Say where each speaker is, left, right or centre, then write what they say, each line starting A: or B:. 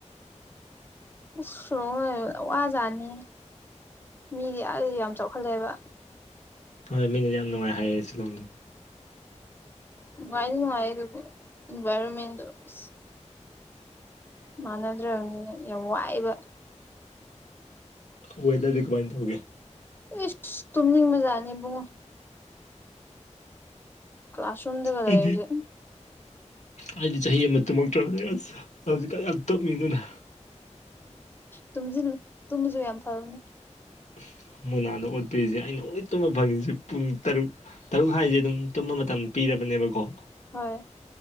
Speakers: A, on the left; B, on the left.
A: ꯨꯑꯁ ꯔꫭꯡꯍꯦ ꯋꯥꯖꯅꯤ꯫ ꯃꯤꯗꯤ ꯑꯥꯗꯗꯤ ꯌꯥꯝ ꯆꯥꯎꯈꯠꯂꯦꯕ꯫
B: ꯍꯣꯏ ꯃꯤꯅꯗꯤ ꯌꯥꯝ ꯅꯨꯡꯉꯥꯏ ꯍꯥꯏꯔꯛꯦ ꯁꯤꯂꯣꯡꯗꯣ꯫
A: ꯅꯨꯡꯉꯥꯏꯗꯤ ꯅꯨꯡꯉꯥꯏ ꯑꯗꯨꯕꯨ ꯏꯟꯚꯥꯏꯔꫭꯃꯦꯟꯗꫭ꯫ ꯃꯥꯟꯅꯗ꯭ꯔꯕꯅꯤꯅ ꯌꯥꯝ ꯋꯥꯑꯦꯕ꯫
B: ꯋꯦꯗꯔꯗꯤ ꯀꯃꯥꯏ ꯗꯧꯒꯦ꯫
A: ꯏꯁ ꯇꯨꯝꯅꯤꯡꯕꯖꯥꯠꯅꯤ ꯏꯕꯨꯡꯉꯣ꯫ ꯀ꯭ꯂꯥꯁꯔꯨꯝꯗꯒ
B: ꯑꯩꯗꯤ
A: ꯂꯩꯕꯁꯦ꯫
B: ꯑꯩꯗꯤ ꯆꯍꯤ ꯑꯃ ꯇꯨꯝꯃꯛꯇ꯭ꯔꯕꯅꯤ ꯑꯁ ꯍꯧꯖꯤꯛꯀꯥꯟ ꯌꯥꯝ ꯇꯞꯃꯤ ꯑꯗꯨꯅ꯫
A: ꯇꯨꯝꯁꯤꯜꯂꯨ ꯇꯨꯝꯕꯁꯨ ꯌꯥꯝ ꯐꯕꯅꯤ꯫
B: <unintelligible> ꯃꯨꯅꯥꯗ ꯑꯣꯠꯄꯤꯔꯤꯁꯦ ꯑꯩꯅ ꯑꯣꯡꯂꯤ ꯇꯨꯝꯕ ꯐꯪꯏꯁꯦ ꯄꯨꯡ ꯇꯔꯨꯛ ꯇꯔꯨꯛ ꯍꯥꯏꯁꯦ ꯑꯗꯨꯝ ꯇꯨꯝꯕ ꯃꯇꯝ ꯄꯤꯔ ꯕꯅꯦꯕꯀꫭ
A: ꯍꯣꯏ꯫